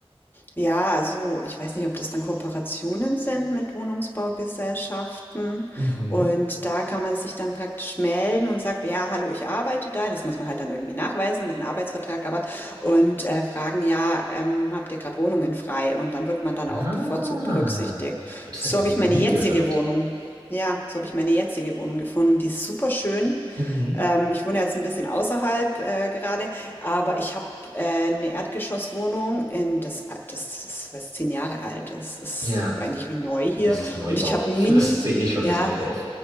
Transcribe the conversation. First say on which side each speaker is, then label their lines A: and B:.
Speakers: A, on the left; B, on the right.
A: ja, also ich weiß nicht, ob das dann Kooperationen sind mit Wohnungsbaugesellschaften.
B: Mhm.
A: Und da kann man sich dann praktisch melden und sagt, ja, hallo, ich arbeite da. Das muss man halt dann irgendwie nachweisen mit einem Arbeitsvertrag, aber und äh, fragen, ja, ähm, habt ihr gerade Wohnungen frei? Und dann wird man dann
B: Ah,
A: auch bevorzugt berücksichtigt.
B: und das
A: So
B: habe ich
A: habe
B: noch nie
A: ich meine jetzige
B: gehört.
A: Wohnung. Ja, so habe ich meine jetzige Wohnung gefunden. Die ist super schön.
B: Mhm.
A: Ähm, ich wohne jetzt ein bisschen außerhalb äh, gerade, aber ich habe äh, eine Erdgeschosswohnung in das, das ist was zehn Jahre alt. Das ist
B: Ja,
A: eigentlich wie neu hier.
B: das ist Neubau.
A: Und ich habe
B: <laughs>
A: einen Mini,
B: Das sehe ich schon
A: ja,
B: als Neubau.